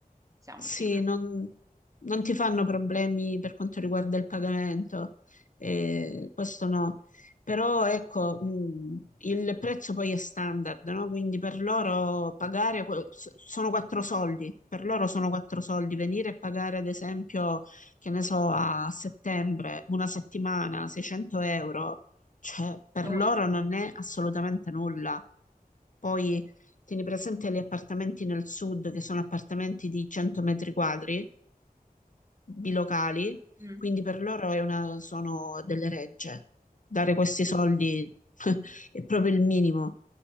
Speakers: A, on the right; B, on the left.
A: diciamo
B: Sì,
A: sì,
B: non, non ti fanno problemi per quanto riguarda il pagamento, eh, questo no. Però ecco, mh, il prezzo poi è standard, no? Quindi per loro pagare que- s- sono quattro soldi, per loro sono quattro soldi. Venire e pagare, ad esempio, che ne so, a settembre, una settimana, 600 euro, cioè per
A: nulla.
B: loro non è assolutamente nulla. Poi Tieni presente gli appartamenti nel sud, che sono appartamenti di 100 metri quadri, bilocali,
A: Mm.
B: quindi per loro è una- sono delle regge. Dare questi soldi <laughs> è proprio il minimo.